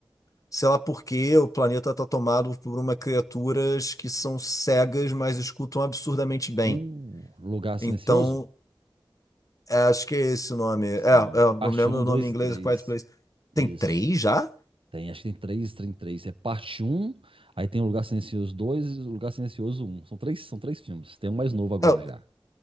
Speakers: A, on the left (about 40°); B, on the right (about 80°).
A: sei lá por quê, o planeta tá tomado por uma criaturas que são cegas, mas escutam absurdamente bem.
B: Um lugar silencioso?
A: Então, É, acho que é esse o nome. É,
B: Sim.
A: é, eu
B: Parte
A: me lembro
B: um,
A: o
B: 2
A: nome em inglês,
B: e três,
A: Quiet Place.
B: Isso.
A: Tem três já?
B: Tem, acho que tem três, tem três. É parte um aí tem o Lugar Silencioso dois e o Lugar Silencioso um São três, são três filmes. Tem um mais novo agora
A: É,
B: já.